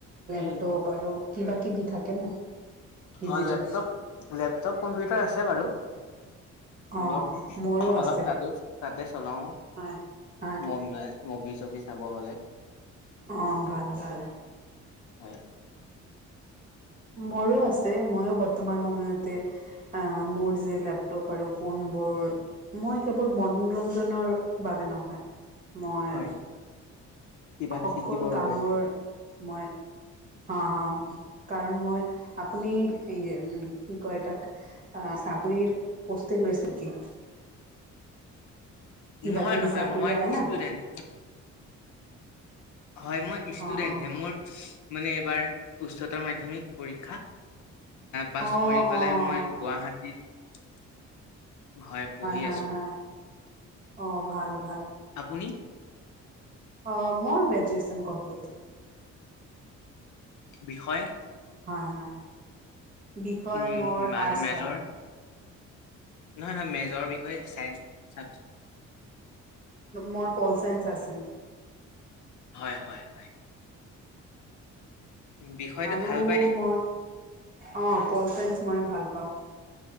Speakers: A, on the right (about 25°); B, on the left (about 70°).
A: লেপটপ
B: উম
A: আৰু কিবা কিবি থাকে ন ডিজিটেল।
B: অ লেপটপ লেপটপ কম্পিউটাৰ আছে বাৰু।
A: অঁ
B: অলপ,
A: মোৰো
B: অলপ
A: আছে।
B: তাতো তাতে চলাও
A: হয়। হয়,
B: মন নাই। মভি চভি চাব হ'লে।
A: অ', ভাল ভাল।
B: হয়।
A: মোৰো আছে, ময়ো বৰ্তমান সময়তে আ, মোৰ যে লেপটপ আৰু ফোনবোৰ মই কেৱল মনোৰঞ্জনৰ বাবে নহয়, মই
B: হয় কিবা
A: সকল
B: এটা শিকিবৰ
A: কামৰ
B: বাবে চাগে।
A: মই হা' হা' কাৰণ মই আপুনি সেইয়া উম কি কয় তাক অ' চাকৰিৰ পষ্টে লৈছে সি। কিবা
B: নহয়
A: কিবি
B: নহয়
A: চাকৰি
B: মই
A: আহে না।
B: ষ্টুডেণ্ট। হয় মই ইষ্টুডেন্টহে
A: অঁ অঁ,
B: মোৰ মানে এইবাৰ উচ্চতৰ মাধ্যমিক পৰীক্ষা। পাছ
A: অঁ
B: কৰি পেলাই
A: অঁ,
B: মই গুৱাহাটীত, হয় পঢ়ি
A: হয়
B: আছোঁ।
A: হয়। অ', ভাল ভাল।
B: আপুনি?
A: অ', মইও গ্ৰেজুুৱেচন কমপ্লিট।
B: বিষয়?
A: হয় হয়। বিষয়
B: উম
A: মোৰ
B: মা-
A: আৰ্টছ
B: মেজৰ
A: হয়।
B: নহয় নহয় মেজৰ বিষয় চাইঞ্চ চাবজেক্ট।
A: মোৰ পলচাইঞ্চ আছিল।
B: হয় হয় হয়। বিষয়টো
A: আৰু
B: ভাল পায়নে
A: মই, অ' পলচাইঞ্চ মই ভাল পাওঁ।